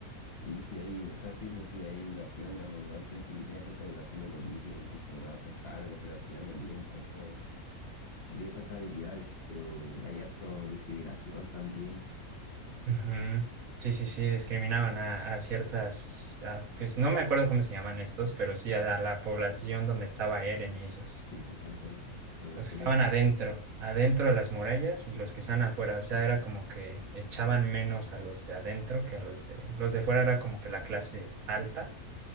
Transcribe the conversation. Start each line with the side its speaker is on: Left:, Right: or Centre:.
Left: sí, sí, hay, o sea, sí, porque hay educación, a lo- hay gente que tiene acceso a educación de política y son como los altos cargos, pero al final no tienen tanto no tienen tantas habilidades, pero hay harto discriminación también.
Right: Ujú. Sí, sí, sí, discriminaban a, a ciertas, a- pues no me acuerdo cómo se llaman estos, pero sí a, a la población donde estaba Eren y ellos.
Left: Sí, exactamente. Población
Right: Los que estaban
Left: la...
Right: adentro, adentro de las murallas y los que estaban afuera. O sea, era como que echaban menos a los de adentro que a los de... Los de fuera era como que la clase alta,